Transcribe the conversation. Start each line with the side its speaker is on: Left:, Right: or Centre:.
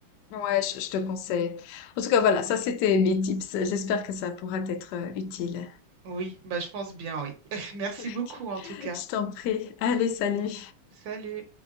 Left: Ouais, je, je te conseille. En tout cas, voilà, ça
Right: Ok.
Left: c'était mes tips. J'espère que ça pourra t'être euh, utile. <laughs>
Right: Oui, bah je pense bien, oui. <laughs> Merci
Left: Ok.
Right: beaucoup en tout cas.
Left: Je t'en prie. Allez, salut.
Right: Ouais. Salut.